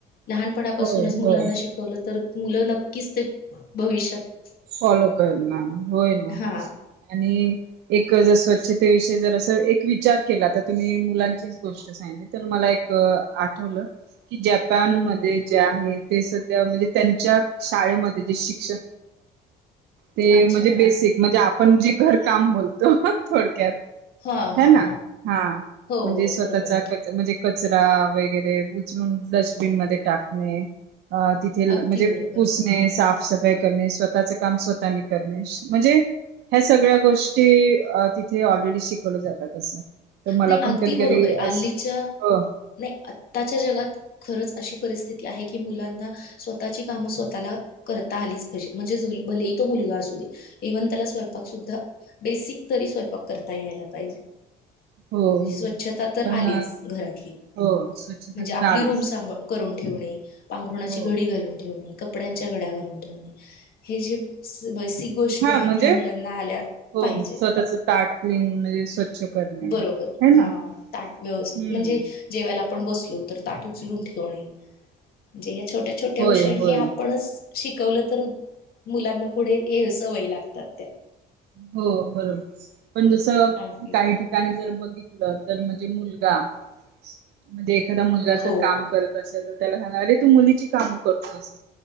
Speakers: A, on the left; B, on the right.
A: लहानपणा पासूनच
B: होय
A: मुलांना
B: होय
A: शिकवलं तर मुलं नक्कीच ते भविष्यात
B: फॉलो करणार होय ना,
A: हा
B: आणि एक जर स्वच्छ त्या विषयी जर अस एक विचार केला तर तुम्ही मुलांचीच गोष्ट सांगली तर मला एक आठवलं कि जपान
A: हम्म
B: मध्ये
A: हम्म
B: जे आहे ते सध्या म्हणजे त्यांच्या शाळेमध्ये जे शिक ते
A: अच्छा
B: म्हणजे
A: हा
B: बेसीक म्हणजे आपण जे काम बोलतो थोडक्यात
A: हा हा
B: ह
A: हा
B: ना हा
A: हो
B: म्हणजे
A: हो
B: स्वतःचा
A: बरोबर आहे की
B: ख म्हणजे कचरा वगैरे उचलून डस्टबिन मध्ये टाकणे अ तिथे म्हणजे
A: अगदी बरोबर
B: पुसणे
A: आहे.
B: साफसफाई करणे स्वतः स्वतःच काम स्वतः करणे म्हणजे ह्या सगळ्या गोष्टी तिथे ऑलरेडी शिकवल्या जातात असं तर मला
A: नाही
B: पण
A: अगदी
B: कधी
A: बरोबर
B: कधी
A: आहे
B: अस
A: आल्लीच्या
B: हो
A: नाही आताच्या जगात खरंच अशी ि मुलांना स्वतः काम स्वतः कर आलीजे म्हणज व्ह त्याला स्व सु बेसिक तरी स्य करता यायला पाहिजे
B: हो
A: म्हणजे
B: हो
A: स्वच्छता तर
B: पण
A: आलीच घरातली
B: हो स्वच्छता
A: म्हणजे
B: तर
A: आपली
B: आलीच
A: रूम स करून ठेवणे पांघरुणाची
B: हो
A: घडी घालून ठेवणे कपड्यांच्या घड्या घालून ठेवणे हे जे वैसिक गोष्टी
B: हा
A: आहेत
B: म्हणजे
A: या मुलांना आल्या
B: हो
A: पाहिजेत
B: स्वतःच ताट क्लीन म्हणजे स्वच्छ करणे
A: बरोबर
B: है ना
A: हा ताट व्यवस्थित
B: हम्म
A: म्हणजे जेवायला आपण बसलो तर ताट उचलून ठेवणे म्हणजे या छोट्या छोट्या
B: होय
A: गोष्टी
B: होय
A: हे आपणच शिकवलं तर मुलांना पुढे हे अस वय लागतात त्या
B: हो बरोबर पण जस
A: अगदी
B: काही
A: तर.
B: ठिकाणी जर बघितलं तर म्हणजे मुलगा म्हणजे एखादा मुलगा जर
A: हो
B: काम
A: हो
B: करत असेल त्यालाांग अरे तू मुलीची कामं करतोस